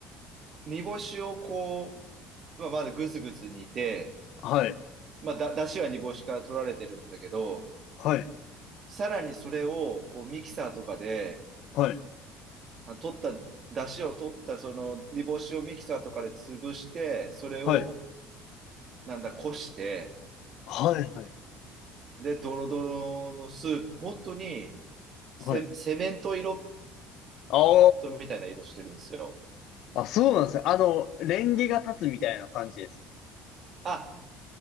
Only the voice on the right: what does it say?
煮干しをこう、まあ、まだぐずぐず煮て、
まあ、だ、だしは煮干しから取られてるんだけど、
さらにそれをこうミキサーとかで、
あ、取った、だしを取ったその煮干しをミキサーとかで潰して、それを
なんだ、こして、
で、ドロドロのスープ、本当にセ、
セメント色
みたいな色してるんですよ。
あ